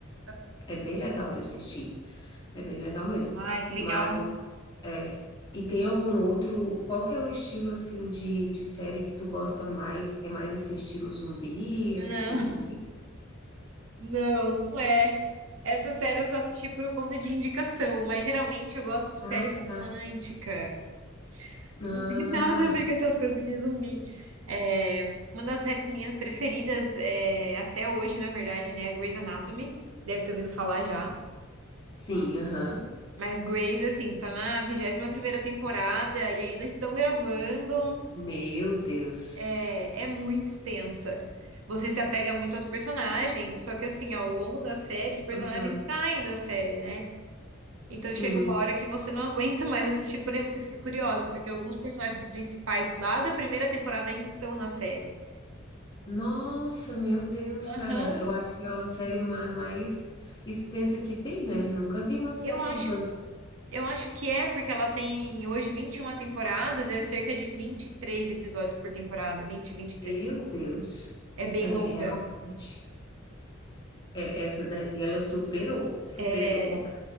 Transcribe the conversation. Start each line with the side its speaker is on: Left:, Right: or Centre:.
Right: Aham.
Left: é bem legal de assistir, é bem legal mesmo.
Right: Ai, que legal.
Left: Mas é. E tem algum outro? Qual que é o estilo assim de, de série que tu gosta mais? É mais assim estilo zumbi,
Right: Não.
Left: essas coisas assim?
Right: Não, não é. Essa série eu só assisti por conta de indicação, mas geralmente eu gosto de série
Left: Ah, tá.
Right: romântica. <laughs>
Left: Ah,
Right: Não tem nada a ver com essas coisas de zumbi. É, uma das séries minhas preferidas é, até hoje, na verdade, né? é Grey's Anatomy. Deve ter ouvido falar já.
Left: sim, aham.
Right: Mas Grey's, assim, tá na vigésima primeira temporada e ainda estão gravando.
Left: Meu Deus.
Right: É, é muito extensa. Você se apega muito aos personagens, só que assim, ao longo da série, os personagens
Left: Aham,
Right: saem da série, né? Então
Left: Sim.
Right: chega uma hora que você não aguenta mais assistir, porém você fica curiosa, porque alguns personagens principais lá da primeira temporada ainda estão na série.
Left: Nossa, meu Deus,
Right: Aham.
Left: cara, eu acho que é uma série ma- mais extensa que tem, né? Nunca vi uma série
Right: Eu acho,
Left: com tanto.
Right: eu acho que é, porque ela tem hoje 21 temporadas, é cerca de 23 episódios por temporada, 20, 23
Left: Meu
Right: episódios.
Left: Deus,
Right: É bem
Left: é
Right: longa.
Left: realmente. É, essa daí ela superou, superou
Right: É,
Left: qualquer.